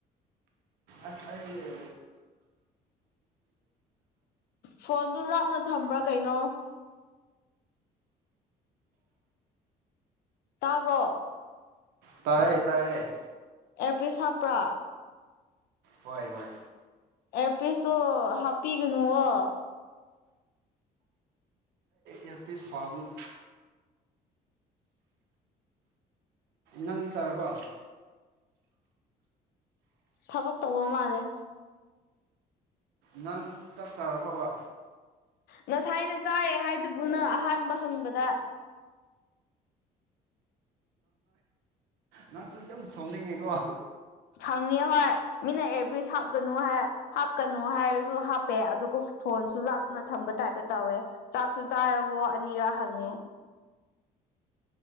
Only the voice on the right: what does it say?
ꯑꯁ ꯑꯣꯏ
ꯇꯥꯏꯌꯦ ꯇꯥꯏ
ꯍꯣꯏ ꯍꯣꯏ
ꯑꯦꯄꯤ ꯁꯥꯕꯅꯤ ꯅꯪꯗꯤ ꯇꯥꯔꯕꯣ
ꯅꯪ ꯆꯥꯛ ꯆꯔꯕꯕ
ꯅꯍꯛꯁꯨ ꯌꯥꯝ ꯁꯥꯎꯅꯤꯡꯉꯦꯀꯣ